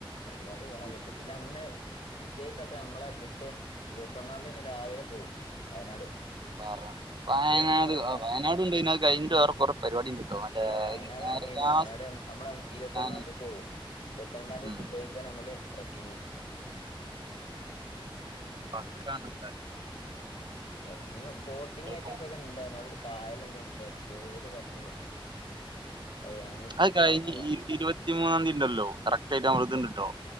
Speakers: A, on the left (about 85°); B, on the right (about 55°).
A: പരിപാടി കോളക്കരുത്.
B: ഉം
A: പിന്നെ അന്ന് പിറ്റേസാട്ട് നമ്മളെ ട്രിപ്പ് ഇരുപത്തൊന്നാം തീയതി തന്നെ രാവിലെ പോവും വയനാട്
B: പറയാം
A: ട്രിപ്പ്
B: വയനാട്
A: എന്നൊന്നും പറയല്ല
B: വയനാടുണ്ട് ഇത് കഴിഞ്ഞിട്ട് വേറെ കുറെ പരിപാടി ഉണ്ട് കേട്ടോ മറ്റേ
A: അല്ല വയനാടാണ്
B: നേരെ
A: മെയിന്.
B: ലാസ്റ്റ്
A: വയനാട് അന്ന്നമ്മള് അന്ന് ഇരുപത്തൊന്നാം
B: ഞാന്
A: തീയതി പോവും. ഇരുപത്തിരണ്ടാം തീയതി
B: ഉം
A: സുബൈക്കാനെ നമ്മള് ട്രക്കിങ്
B: പക്കാനന്തൻ
A: ട്രക്കിങ് ബോട്ടിംഗ് ഐറ്റംസ്
B: പോണം
A: ഒക്കെ ഇണ്ടായിരുന്നു. <unintelligible> കായല് എന്തോ ഉണ്ടായിരുന്നു. പേര് പറഞ്ഞില്ല എന്നോട് അത് അനൂസ്
B: അത്
A: വിളിച്ചു
B: കഴിഞ്ഞ്
A: പറഞ്ഞതാ
B: ഈ ഇരുപത്തിമൂന്നാം തീയതി ഉണ്ടല്ലോ കറക്റ്റ് ആയിട്ട് ഇതിണ്ടട്ടോ